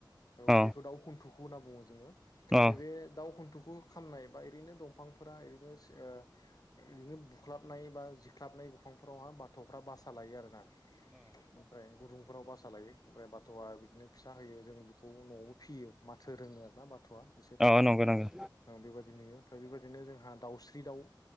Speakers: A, on the left; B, in the centre.
A: औ
B: अ
A: बेखौ दाउ खुन्थुखु होनना बुङो जोङो ओमफ्राय
B: अ
A: बे दाउ खुन्थुखु खामनाय बा ओरैनो दंफांफोरा ओरैनो ओ बुख्लाबनाय बा जिख्लाबनाय बिफांफोरावहा बाथ'फ्रा बासा लायो आरोना ओमफ्राय गुदुंफोराव बासा लायो ओमफ्राय बाथ'आ बिदिनो फिसा होयो जोंङो बेखौ न'आवबो फियो माथो रोङो आरो ना बाथ'आ एसे थाबनो
B: अ नंगौ नंगौ
A: बेबायदि नुयो ओमफ्राय बेबायदिनो जोंहा दाउस्रि दाउ